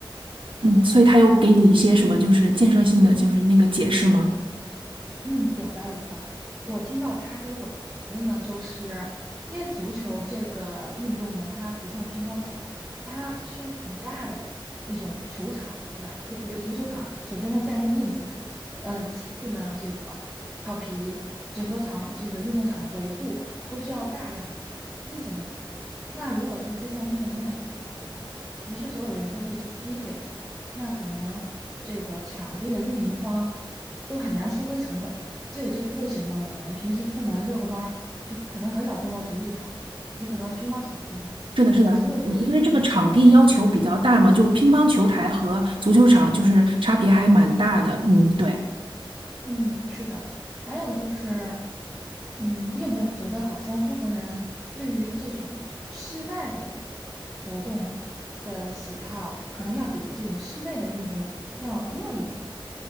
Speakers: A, on the right; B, in the centre.
A: 嗯，所以他有给你一些什么就是建设性的就是那个解释吗？
B: 嗯，有的有的。我听到他跟我的讨论呢，就是因为足球这个运动呢，它不像乒乓球，它需要很大的那种球场，对吧？那那足球场，首先它占地面积大，嗯、其次呢，这个草皮，整个场这个运动场的维护都需要大量的金钱的投入。那如果说这项运动没有很普及的话，不是所有人都会去踢这个，那可能这个场地的运营方。都很难收回成本。这也就是为什么我们平时出门遛个弯儿，就可能很少见到足球场，对吧？你可能乒乓球经常见，
A: 是的，是的，
B: 在足球场，
A: 你因为这个场地要求比较大嘛，
B: 嗯
A: 就是乒乓球台和足球场就是差别还蛮大的，嗯，对。
B: 嗯，是的。还有就是，嗯，你有没有觉得好像中国人对于这种室外的活动的喜好，可能要比这种室内的运动要弱一点？